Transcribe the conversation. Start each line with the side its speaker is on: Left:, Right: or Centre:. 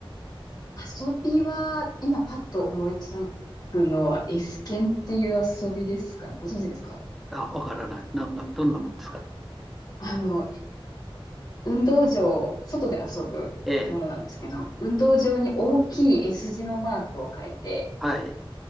Left: 遊びは、今パッと思いつくのは、エスケンっていう遊びですかね。ご存知ですか
Centre: あ、わからない。な、な、どんなもんですか
Left: あの、運動場、外で遊ぶものなんですけど、
Centre: ええ。
Left: 運動場に大きい S 字のマークを書いて、
Centre: はい。